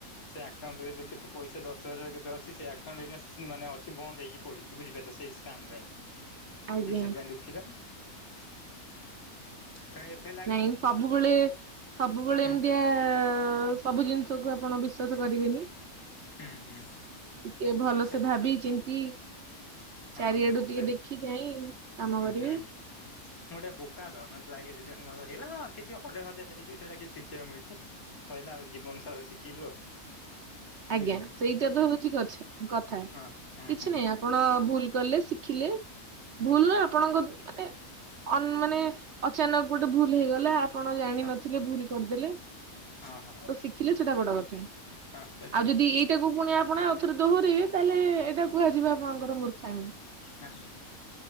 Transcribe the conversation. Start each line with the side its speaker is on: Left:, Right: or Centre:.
Left: ସେ ଆକାଉଣ୍ଟରେ ଏବେ କେତେ ପଇସା ଦଶ ହଜାର କେତେ ଅଛି ସେ ଆକାଉଣ୍ଟ ଏଇନା ମାନେ ଅଛି ବନ୍ଦ ହେଇକି। ପଡ଼ିଚି ବୁଝି ପାଇଲ ସେଇ ସ୍କ୍ୟାମ୍ ପାଇଁ ଉଁ
Right: ଆଜ୍ଞା
Left: ସେଥିପାଇଁ ଦୁଃଖିତ। ତେଣୁ ଏଥିରେ ଲାଗିଛି
Right: ନାଇଁ ସବୁବେଳେ ସବୁବେଳେ
Left: ହୁଁ
Right: ଏମିତିଆ ସବୁ ଜିନିଷକୁ ଆପଣ ବିଶ୍ଵାସ କରିବେନି।
Left: ହୁଁ ହୁଁ।
Right: ଟିକେ ଭଲସେ
Left: ସେ
Right: ଭାବି ଚିନ୍ତି
Left: ହଁ
Right: ଚାରିଆଡ଼ୁ
Left: ହଁ
Right: ଟିକେ
Left: ସେ
Right: ଦେଖି ଚାହିଁ କାମ
Left: ହୁଁ
Right: କରିବେ।
Left: ହୁଁ ମୁଁ ଅଟେ ବୋକା ତ ମତେ ଲାଗେ ସେଥିପାଇଁ ମୋର ହେଇଲା ତ କିଛି ଅଡ଼େଇ ହଜାର ଯାଇଛି ସେଇଟା କିଛି ଶିଖିବାକୁ ମିଳିଚି। ସଇଲା ଆଉ ଜୀବନ ସରା ଶିଖିଲୁ ଆଉ।
Right: ଆଜ୍ଞା
Left: ବୁଝିଲେ
Right: ସେଇଟା ତ
Left: ହଁ
Right: ହଉଚି କଛ୍ କଥା
Left: ହଁ ହଁ
Right: କିଛି
Left: ହଁ
Right: ନାଇଁ ଆ ଆପଣ ଭୁଲ୍ କଲେ ଶିଖିଲେ
Left: ହଁ
Right: ଭୁଲ୍ ନା ଆପଣଙ୍କ ମାନେ ମାନେ ଅଚାନକ ଗୋଟେ ଭୁଲ ହେଇଗଲା। ଆପଣ ଜାଣିନଥିଲେ
Left: ହଁ
Right: ଭୁଲ କରିଦେଲେ
Left: ହଁ
Right: ତ ଶିଖିଲେ ସେଟା ବଡ କଥା।
Left: ହଁ ସେଇଟା
Right: ଆଉ ଯଦି ଏଇଟା କୁ ଫୁଣି ଆପଣ ଆଉ ଥରେ ଦୋହରାଇବେ ତାହେଲେ ଏଇଟା କୁହାଯିବ ଆପଣଙ୍କର ମୂର୍ଖାମି।
Left: ହ